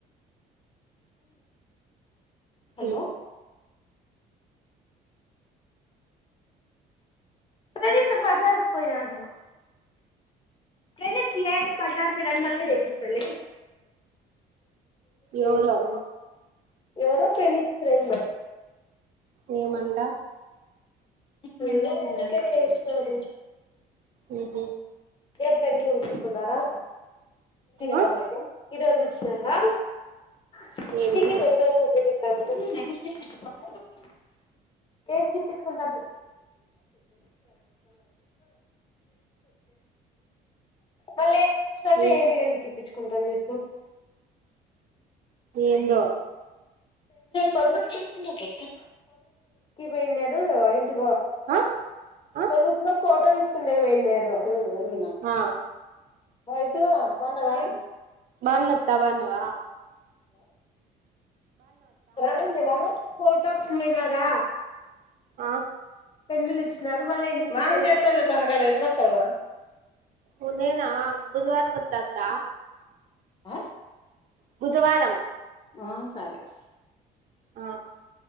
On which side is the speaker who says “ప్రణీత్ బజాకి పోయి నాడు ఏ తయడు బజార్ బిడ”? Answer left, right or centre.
Left